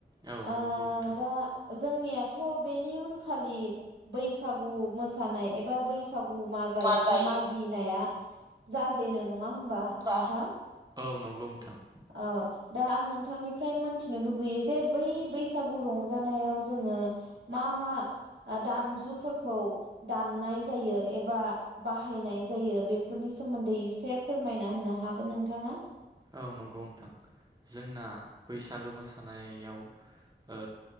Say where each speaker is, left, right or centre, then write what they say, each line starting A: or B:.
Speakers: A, on the right; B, on the right.
A: औ
B: आ
A: नंगौ नोंथां।
B: दा जोंनियाथ बेनि उनखालि बैसागु मोसानाय एबा बैसा गु मागाय
A: मा गाय
B: मागिनाया जाजेनो नं नङा होमबा
A: बा
B: नोंथां?
A: औ नंगौ नोंथां।
B: ओ दा आं नोंथांनिफ्राय मोनथिनो लुबैयो जे बै बैसागु रंजानायाव जोङो मा मा दामजुफोरखौ दामनाय जायो एबा बाहायनाय जायो बेफोरनि सोमोन्दै एसे फोरमायना होनो हागोन नोंथाङा।
A: औ नंगौ नोंथां जोंना बैसागो मोसानायाव ओ